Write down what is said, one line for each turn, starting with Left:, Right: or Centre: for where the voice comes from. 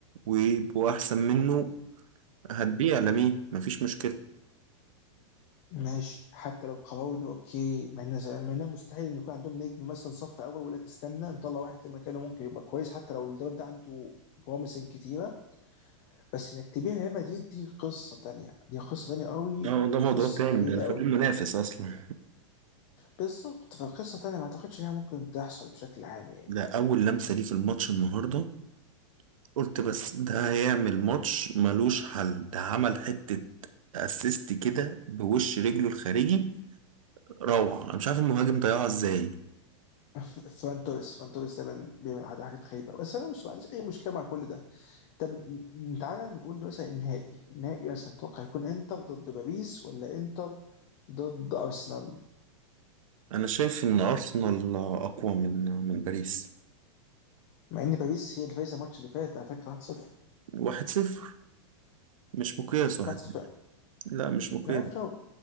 Right: ويبقوا احسن منه هتبيع لمين مفيش مشكلة
Left: ماشي حتى لو قررنا اوكي مع ان زمان- مع انها مستحيل ان يكون عندهم نجم مثلا صف اول ويقول لك استنى نطلع واحد تاني مكانه ممكن يبقى كويس حتى لو الواد ده عنده بروميسنج كتيره بس انك تبيع ريال مدريد دي قصه تانية دي قصه تانية قوي
Right: اه ده
Left: وقصه
Right: موضوع تاني
Left: بعيده
Right: ده الفريق
Left: قوي
Right: المنافس اصلا
Left: بالظبط فقصه تانية ما اعتقدش انها ممكن تحصل بشكل عام يعني
Right: ده اول لمسة ليه في الماتش النهاردة قلت بس ده هيعمل ماتش ملوش حل ده عمل حتة اسيست كده بوش رجله الخارجي روعة انا مش عارف المهاجم ضيعها ازاي
Left: فران توريس فران توريس دايما بيعمل حاجات غريبه بس انا مش ما عنديش اي مشكله مع كل ده طب ن- تعالى نقول مثلا النهائي النهائي مثلا تتوقع يكون انتر ضد باريس ولا انتر ضد ارسنال
Right: أنا شايف إن أرسنال أقوى من من باريس
Left: مع ان باريس هي اللي فايزه الماتش اللي فات على فكره 1-0
Right: واحد صفر مش مقياس واحد
Left: 1-0
Right: صفر. لا مش مقياس
Left: انا عارف إنه